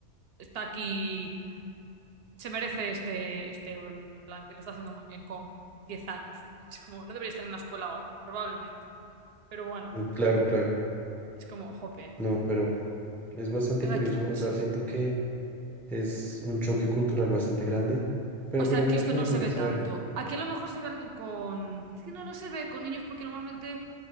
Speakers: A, on the right; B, in the centre.
A: está aquí, se merece este, este euro el niño, en plan, que lo está haciendo muy bien con 10 años. <laughs> Es como, no debería estar en la escuela hoy, probablemente. Pero bueno,
B: mm, claro, claro.
A: es como, jope.
B: No, pero es bastante
A: O sea,
B: curioso,
A: aquí,
B: o
A: sí.
B: sea, siento que es un choque cultural bastante grande, pero,
A: O sea,
B: pero
A: aquí
B: mira
A: esto
B: que
A: no
B: me alegra
A: se ve
B: saber.
A: tanto. Aquí a lo mejor se ve alguien con... Es que no, no se ve con niños porque normalmente